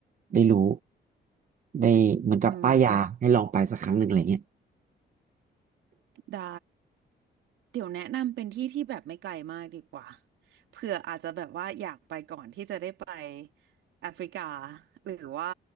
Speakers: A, on the right; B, on the right.
A: ได้รู้ได้เหมือนกับป้ายยาให้ลองไปสักครั้งหนึ่งอะไรเงี้ย
B: อืม ได้ เดี๋ยวแนะนำเป็นที่ที่แบบไม่ไกลมากดีกว่าเผื่ออาจจะแบบว่าอยากไปก่อนที่จะได้ไปแอฟริกาหรือว่า